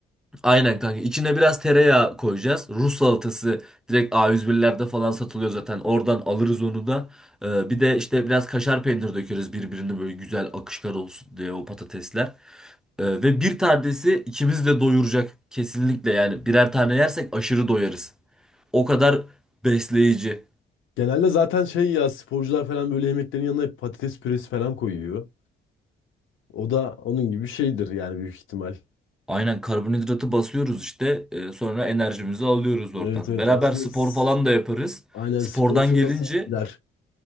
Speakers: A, in the centre; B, on the left.
A: Aynen kanka. İçine biraz tereyağı koyacağız. Rus salatası direkt A101'lerde falan satılıyor zaten. Oradan alırız onu da. Ee, bir de işte biraz kaşar peynir dökeriz birbirine böyle güzel akışkar olsun diye o patatesler. Ee, ve bir tanesi ikimiz de doyuracak. Kesinlikle yani birer tane yersek aşırı doyarız. O kadar besleyici.
B: Genelde zaten şey ya sporcular falan böyle yemeklerin yanına hep patates püresi falan koyuyor. O da onun gibi bir şeydir yani büyük ihtimal.
A: Aynen karbonhidratı basıyoruz işte. Ee, sonra enerjimizi alıyoruz oradan.
B: Evet evet
A: Beraber
B: aslında
A: spor
B: s-
A: falan da yaparız.
B: aynen
A: Spordan
B: spor sonrası
A: gelince
B: iyi gider.